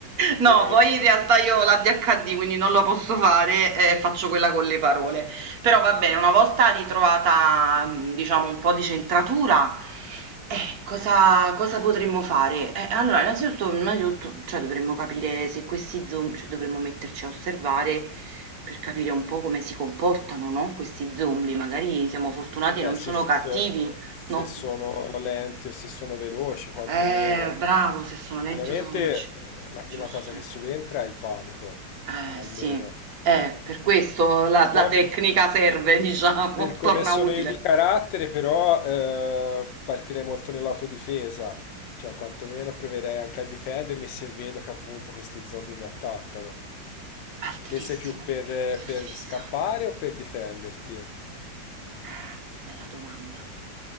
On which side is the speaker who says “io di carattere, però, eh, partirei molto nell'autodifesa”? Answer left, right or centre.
Left